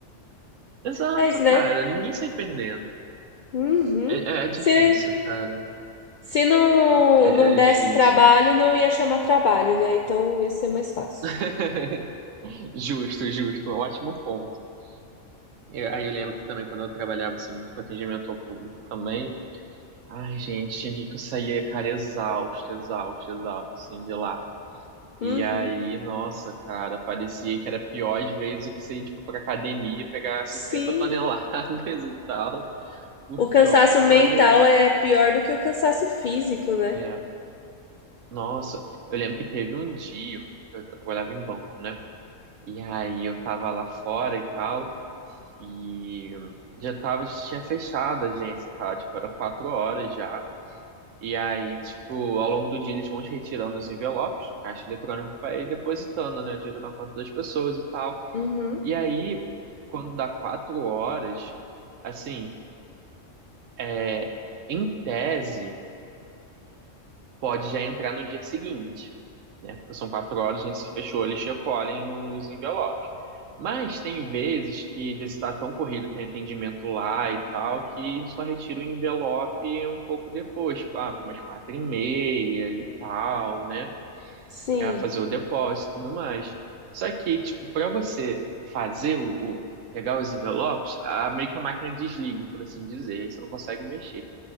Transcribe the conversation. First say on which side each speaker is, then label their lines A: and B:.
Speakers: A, on the right (about 75°); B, on the left (about 70°).
A: exato,
B: É isso,
A: cara,
B: né?
A: ninguém sai perdendo.
B: Uhum.
A: É, é- é difícil,
B: Se,
A: cara.
B: se não,
A: É,
B: não desse
A: é difícil.
B: trabalho, não ia chamar trabalho, né? Então, ia ser mais fácil.
A: <laughs> Justo, justo, ótimo ponto. E aí eu lembro que também quando eu trabalhava assim, muito com atendimento ao público também, ai, gente, tinha dia que eu saía, cara, exausto, exausto, exausto, assim, de lá.
B: Uhum.
A: E aí, nossa, cara, parecia que era pior às vezes do que você ir, tipo, pra academia e pegar cinquenta
B: Sim.
A: toneladas <laughs> e tal. Porque,
B: O cansaço
A: ó, olha,
B: mental é pior do que o cansaço físico, né?
A: é, nossa, eu lembro que teve um dia, que eu trabalhava em banco, né? E aí eu tava lá fora e tal, e já tava, já tinha fechado a agência, tá? Tipo, era quatro horas já. E aí, tipo, ao longo do dia eles vão te retirando os envelopes do caixa eletrônico pra ir depositando, né, o dinheiro na conta das pessoas e tal.
B: Uhum.
A: E aí, quando dá quatro horas, assim, é, em tese, pode já entrar no dia seguinte, né? Porque são quatro horas, a gente se fechou, eles recolhem os envelopes. Mas tem vezes que, às vezes, está tão corrido, tem atendimento lá e tal, que só retira o envelope um pouco depois, tipo, ah, pô, umas quatro e meia e tal, né?
B: Sim.
A: para fazer o depósito e tudo mais. Só que, tipo, para você fazer o, o- pegar os envelopes, a, meio que a máquina desliga, por assim dizer, aí você não consegue mexer.